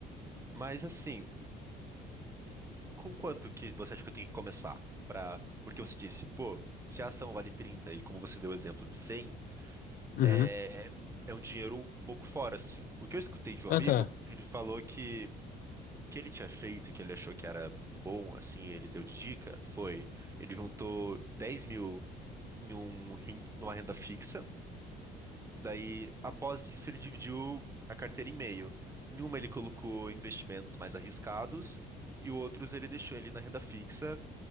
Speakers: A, on the right; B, on the left.
A: Mas assim, com quanto que você acha que eu tenho que começar? Pra... Porque você disse, pô, se a ação vale 30 e como você deu o exemplo de 100,
B: Uhum.
A: é... é um dinheiro um pouco fora, assim. O que eu escutei de um
B: Ah,
A: amigo,
B: tá.
A: ele falou que o que ele tinha feito e que ele achou que era bom, assim, ele deu de dica, foi... Ele juntou dez mil em um, ren- numa renda fixa. Daí, após isso, ele dividiu a carteira em meio. Em uma, ele colocou investimentos mais arriscados, e outros ele deixou ali na renda fixa